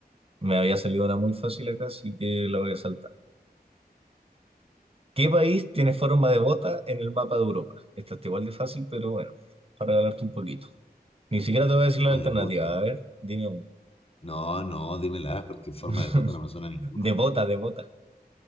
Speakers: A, on the right (about 35°); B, on the left (about 35°).
A: me había salido una muy fácil acá, así que la voy a saltar. ¿Qué país tiene forma de bota en el mapa de Europa? Esta está igual de fácil, pero bueno, para regalarte un poquito. Ni siquiera te voy
B: Forma
A: a decir la alternativa,
B: de gota.
A: a ver, dime una.
B: No, no, dímela, porque forma
A: <laughs>
B: de gota no me suena a ninguno.
A: De bota, de bota.